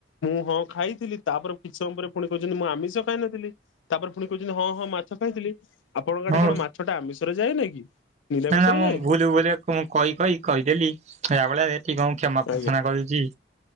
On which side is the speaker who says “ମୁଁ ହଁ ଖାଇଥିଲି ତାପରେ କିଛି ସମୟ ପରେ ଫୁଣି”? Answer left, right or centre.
Left